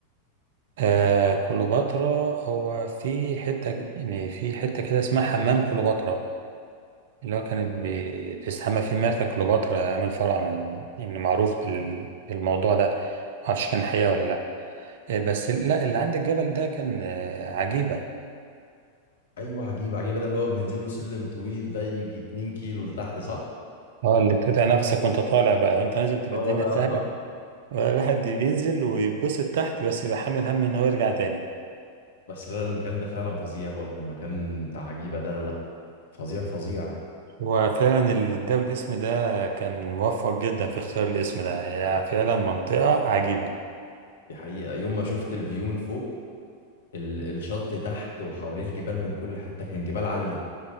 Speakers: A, on the right (about 55°); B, on the left (about 65°).
A: آه كليوباترا هو في حتة يعني في حتة كده اسمها حمام كليوباترا اللي هو كانت
B: مم.
A: بي- بيستحمى فيه الملكة كليوباترا عامل فرع من يعني معروف بال- بالموضوع ده معرفش كان حقيقة ولا لأ آه بس لا اللي عند الجبل ده كان آه عجيبة
B: ايوه عجيب عجيب ده اللي هو بننزل له سلم طويل ده يجي 2 كيلو لتحت صح
A: اه اللي بتقطع نفسك وانت طالع بقى وانت نازل بتبقى
B: هو
A: الدنيا
B: ده
A: سهلة
B: <laughs>
A: الواحد بينزل ويتبسط تحت بس يبقى حامل هم ان هو يرجع تاني
B: بس لا المكان ده فعلا فظيع برضو المكان بتاع عجيبة ده لا لا فظيع فظيع
A: وفعلا اللي اداه الاسم ده كان موفق جدا في اختيار الاسم ده هي فعلا منطقة عجيبة
B: دي حقيقة يوم ما شفت الفيو من فوق ال... الشط تحت وحواليه الجبال من كل حتة كان جبال عالية